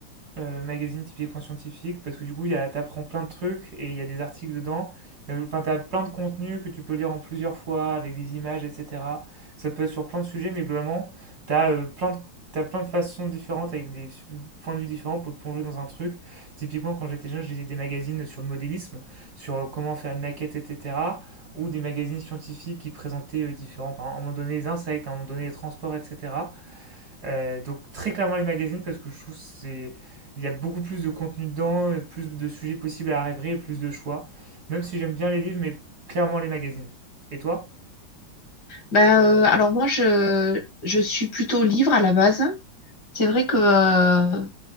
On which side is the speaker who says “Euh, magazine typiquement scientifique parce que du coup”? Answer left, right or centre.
Right